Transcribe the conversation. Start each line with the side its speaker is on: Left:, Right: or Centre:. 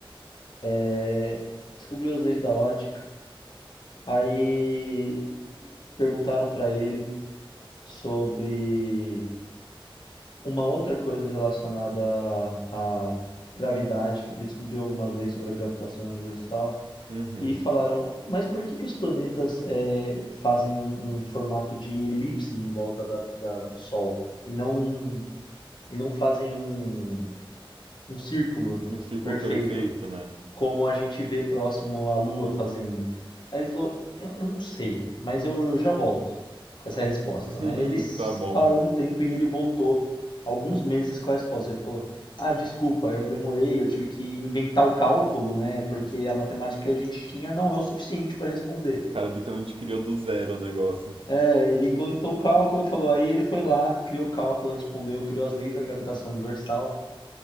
Left: É, descobriu as leis da ótica, aí perguntaram para ele sobre uma outra coisa relacionada à, à gravidade. Ele descobriu algumas leis sobre a gravitação universal
Right: Uhum.
Left: e falaram, mas por que que os planetas é, fazem um, um formato de elipse em volta da, da- do Sol e não um- e não fazem um, um círculo
Right: Um círculo
Left: perfeito?
Right: perfeito, né?
Left: como a gente vê próximo à Lua fazendo. Aí ele falou: Eu, eu não sei, mas eu, eu já volto com essa resposta,
Right: <laughs>
Left: né? Ele s-
Right: Tá bom.
Left: parou um tempo e ele voltou alguns meses com a resposta. Ele falou: Ah, desculpa, eu demorei, eu tive que inventar o cálculo, né? Porque a matemática que a gente tinha não é o suficiente para responder.
Right: O cara literalmente criou do zero o negócio.
Left: É, ele inventou o cálculo e falou: Aí ele foi lá, criou o cálculo, respondeu, criou as leis da gravitação universal.